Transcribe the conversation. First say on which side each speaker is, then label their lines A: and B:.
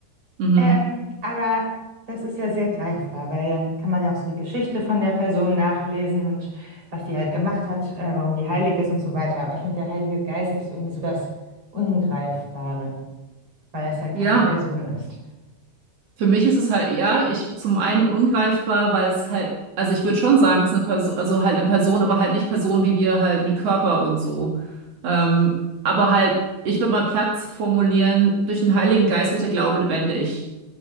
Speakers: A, on the right (about 55°); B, on the right (about 25°).
A: Mhm.
B: Ähm, aber das ist ja sehr greifbar, weil dann kann man ja auch so die Geschichte von der Person nachlesen und was die halt gemacht hat, äh, warum die heilig ist und so weiter. Aber ich finde, der Heilige Geist ist irgendwie so das Ungreifbare, weil das halt
A: Ja.
B: keine Person ist.
A: Für mich ist es halt, ja, ich zum einen ungreifbar, weil es halt, also ich würde schon sagen, es ist eine Person, also halt eine Person, aber halt nicht Person wie wir halt mit Körper und so. Ähm, aber halt, ich würde mal Platz formulieren, durch den Heiligen Geist wird der Glaube lebendig.